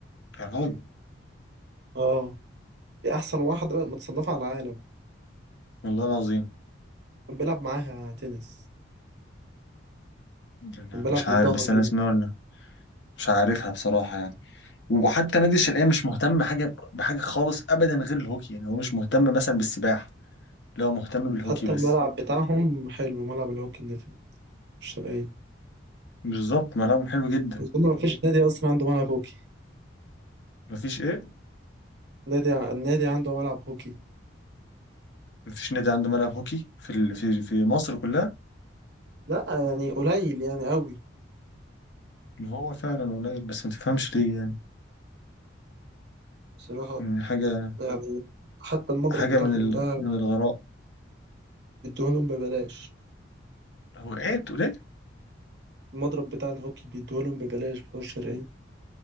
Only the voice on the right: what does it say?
اه دي أحسن واحدة متصنفة على العالم
كان بيلعب معاها تنس
كان
بيلعب ضدها
كده
حتى
الملعب بتاعهم حلو ملعب الهوكي اللي في الشرقية
أظن ما فيش نادي أصلا عنده ملعب هوكي
نادي ع- النادي عنده ملعب هوكي
لا يعني قليل يعني قوي
بصراحة
يعني حتى المضرب
بتاعهم
ده
بيدوهولهم ببلاش
المضرب بتاع الهوكي بيدوهولهم ببلاش بتوع الشرقية